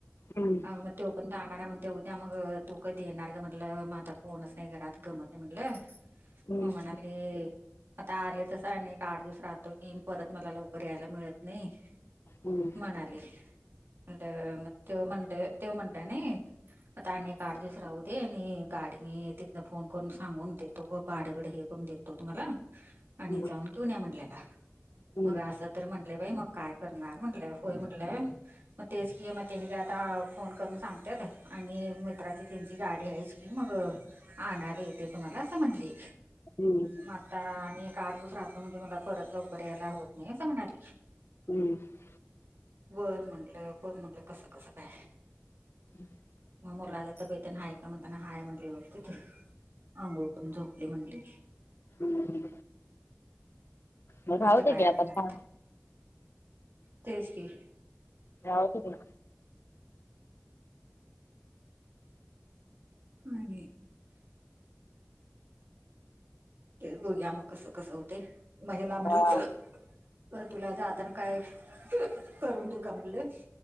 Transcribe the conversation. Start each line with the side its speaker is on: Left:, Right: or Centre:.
Left: हम्म
Right: मग तो पण जाणार आहे म्हग ते उद्या मग तू कधी येणार का म्हटलं म आता कोणच नाही घरात. गमत नाही म्हनलं
Left: हम्म
Right: मग म्हणाली. आता आले तस आणि एक आठ दिवस राहतो की परत मला लवकर यायला मिळत नाही.
Left: हम्म
Right: म्हणाली, म्हणलं मग तो म्हण तो म्हणाला नाही, आता अनेक आठ दिवस राहू दे आणि गाडी मी ति- फोन करून सांगून देतो ग भाड्याबड हे करून देतो तुम्हाला, आणि
Left: हम्म
Right: जाऊन घिऊन या म्हटल्याला,
Left: हम्म
Right: मग अस तर म्हटले बाई मग काय करणार म्हटलं होय म्हटलं, मग तेच की मग तेने काय आता फोन करून सांगतेात आणि मित्राची त्यांची गाडी आहेच, मग आणायला येतेेय तुम्हाला अस म्हटली.
Left: हम्म <inaudible>
Right: म आता आणि एक आठ दिवस राहतो म्हणजे मला परत लवकर यायला होत नाही असं म्हणाली.
Left: हम्म <inaudible>
Right: बरं म्हणटलं पर म्हणलं कसं कसं काय.
Left: हम् <inaudible>
Right: <unintelligible> हाय का म्हणताना हाय म्हटली व्यवस्थित आंघोळ करून झोपली म्हणली
Left: हम्म म
Right: मग आता
Left: राहू
Right: काय
Left: दे की
Right: करणार
Left: आता <unintelligible>
Right: तेच की.
Left: राहू दे
Right: आणि ते बघूया मग कस कसं होते म हिला म्हणलं
Left: हा
Right: बर तुला आधार काय करून देऊ का म्हणलं